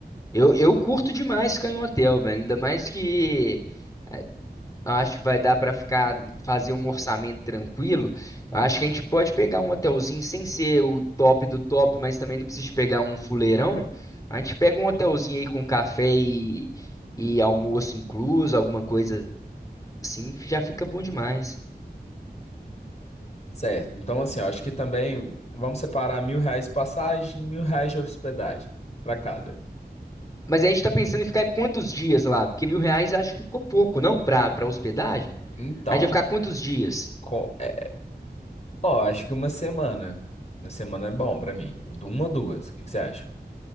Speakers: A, on the left; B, on the left.
A: Eu, eu curto demais ficar em um hotel, velho. Ainda mais que eh, eu acho que vai dar para ficar fazer um orçamento tranquilo. Eu acho que a gente pode pegar um hotelzinho sem ser o top do top, mas também não precisa de pegar um fuleirão. A gente pega um hotelzinho aí com café e, e almoço incluso, alguma coisa assim, já fica bom demais.
B: Certo, então assim, eu acho que também vamos separar mil reais de passagem, mil reais de hospedagem para cada.
A: Mas a gente tá pensando em ficar quantos dias lá? Porque mil reais eu acho que ficou pouco, não? Pra, pra hospedagem?
B: Então,
A: A gente vai ficar quantos dias?
B: co- é, ó, acho que uma semana. Uma semana é bom pra mim. Du- Uma ou duas, o que que você acha?